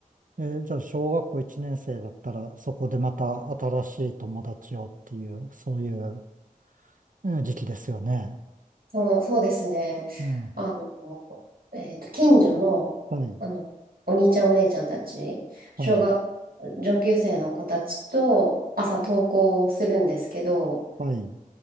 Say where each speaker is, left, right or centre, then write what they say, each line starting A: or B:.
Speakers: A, on the right; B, on the right.
A: えーじゃあ、小学校1年生だったら、そこでまた新しい友達をっていう、そういう、えー時期ですよね。
B: そう、そうですね。
A: ええ
B: あの、えっと、近所の、
A: はい、
B: あの、お兄ちゃんお姉ちゃんたち、小学、
A: はい、
B: 上級生の子たちと朝登校するんですけど、
A: はい、